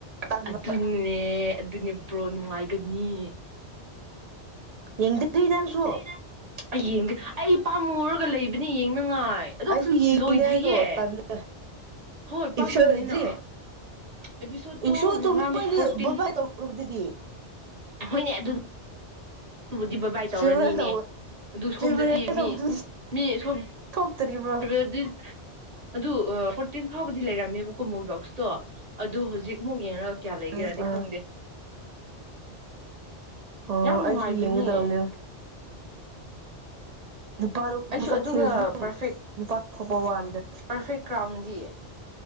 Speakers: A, on the right; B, on the right.
A: ꯇꯟꯕ
B: ꯑꯗꯨꯅꯦ ꯑꯗꯨꯅꯦ ꯕ꯭ꯔꯣ ꯅꯨꯡꯉꯥꯏꯒꯅꯤ
A: ꯌꯦꯡꯗ꯭ꯔꯤ ꯅꯪꯁꯨ
B: ꯑꯩꯪ ꯌꯦꯡꯗ꯭ꯔꯤ ꯑꯩ ꯄꯥꯝꯃꯨꯔꯒ ꯂꯩꯕꯅꯤ ꯌꯦꯡꯅ ꯉꯥꯏ ꯑꯗꯨ
A: ꯑꯩꯁꯨ ꯌꯦꯡꯉꯤꯅꯦ
B: ꯂꯣꯏꯗ꯭ꯔꯤꯌꯦ
A: ꯑꯩꯗꯣ ꯇꯜꯂꯦ
B: ꯍꯣꯏ ꯄꯥꯝꯃꯨꯏꯌꯦꯅ
A: ꯏꯞꯁꯣ ꯂꯣꯏꯗ꯭ꯔꯤ
B: ꯑꯦꯄꯤꯁꯣꯗꯇꯣ
A: ꯏꯞꯁꯣꯗꯣ
B: ꯅꯍꯥꯟꯗꯣ
A: ꯃꯣꯏꯅ
B: ꯐꯣꯔꯇꯤꯟ
A: ꯕꯕꯥꯏ ꯇꯧꯈ꯭ꯔꯕꯗꯨꯗꯤ
B: ꯍꯣꯏꯅꯦ ꯑꯗꯨ ꯑꯗꯨꯕꯨꯗꯤ ꯕꯥ ꯕꯥꯏ ꯇꯧꯔꯅꯤꯅꯦ
A: ꯐꯦꯔꯋꯦꯜ ꯇꯧꯕ
B: ꯑꯗꯨ ꯁꯣꯝꯗꯗꯤ
A: ꯐꯦꯔꯋꯦꯜ
B: ꯃꯤ
A: ꯇꯧꯕꯗꯨꯗꯤ
B: ꯅꯦ ꯁꯣꯝ
A: ꯊꯣꯛꯇ꯭ꯔꯤꯕ꯭ꯔꯣ
B: ꯀꯔꯗꯤ ꯑꯗꯨ ꯑ ꯇꯦꯟ ꯐꯥꯎꯕꯗꯤ ꯂꯩꯔꯝꯃꯦꯕꯀꯣ ꯃꯣꯏꯒꯤ ꯕꯣꯛꯁꯇꯣ ꯑꯗꯨ ꯍꯧꯖꯤꯛ ꯃꯨꯛ ꯌꯦꯡꯉ ꯀꯌꯥ ꯂꯩꯒꯦꯔꯗꯤ
A: ꯎꯝ ꯎꯝ
B: ꯈꯪꯗꯦ
A: ꯑꯣ
B: ꯌꯥꯝ ꯅꯨꯡꯉꯥꯏꯕꯅꯦ
A: ꯑꯩꯁꯨ ꯌꯦꯡꯒꯗꯕꯅꯦ ꯅꯨꯄꯥ ꯑꯗꯨ
B: ꯑꯩꯁꯨ
A: ꯃꯁꯛ
B: ꯑꯗꯨꯒ
A: ꯊꯤꯔꯁꯨ
B: ꯄꯔꯐꯦꯛ
A: ꯅꯨꯄꯥ ꯊꯣꯛꯄ ꯋꯥꯅꯤꯗ
B: ꯄꯔꯐꯦꯛ ꯀ꯭ꯔꯥꯎꯟꯗꯤ